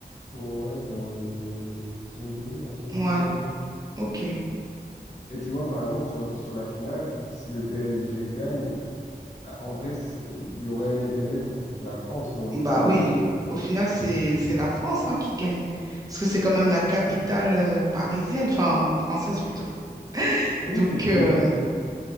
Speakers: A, on the left; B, on the right.
A: ouais, dans une dizaine de jours, dans une
B: Ouais,
A: douzaine de jours.
B: ok.
A: Et tu vois, par exemple, sur, sur la finale, si le PSG gagne, bah, en vrai, c'est- il y aurait un intérêt pour toute la France. Donc,
B: Bah
A: il
B: oui. Au final, c'est c'est la France hein, qui gagne. Parce que c'est quand même la capitale euh, parisienne, enfin française plutôt.
A: Oui,
B: Donc,
A: et puis
B: euh,